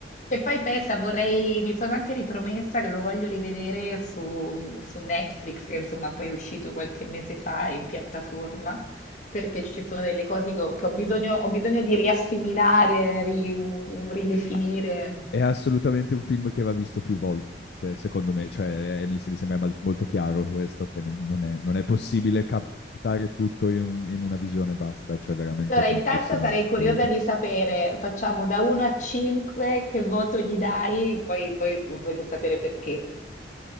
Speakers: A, on the left; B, on the left.
A: E poi pensa, vorrei, mi sono anche ripromessa che lo voglio rivedere su, su Netflix, che insomma poi è uscito qualche mese fa in piattaforma, perché ci sono delle cose che ho, che ho bisogno, ho bisogno di riassimilare, ri- ridefinire.
B: Ah, È assolutamente un film che va visto più volte, secondo me. Cioè, è- mi, mi sembra mal- molto chiaro questo, che non, non è, non è possibile captare tutto in, un- in una visione basta. C'è veramente
A: Allora,
B: tantissima
A: intanto sarei curiosa
B: roba.
A: di sapere, facciamo da 1 a 5, che voto gli dai? Poi, poi voglio sapere perché.